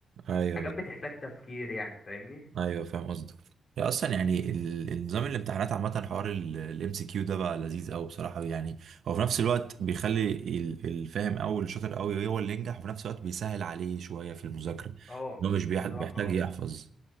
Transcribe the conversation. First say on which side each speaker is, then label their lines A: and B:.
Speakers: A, on the right (about 70°); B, on the left (about 35°).
A: ايوه
B: حاجات بتحتاج تفكير يعني فاهمني
A: ايوه فاهم قصدك يا اصلا يعني ال- النظام الامتحانات عامة حوار الام سي كيو ده بقى لذيذ قوي بصراحة يعني هو في نفس الوقت بيخلي ال- الفاهم قوي الشاطر قوي هو اللي ينجح وفي نفس الوقت بيسهل عليه شوية في المذاكرة
B: اه
A: ان هو مش بيح-
B: بصراحة
A: بيحتاج
B: اه
A: يحفظ